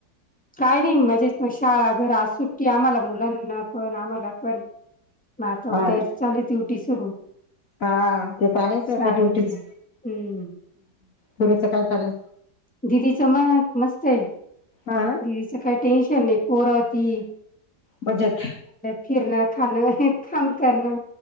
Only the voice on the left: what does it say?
हा
ना
हा ते तर आहेच
आता ड्युटीच
पुरेच काय चाललंय
हा ना
बजत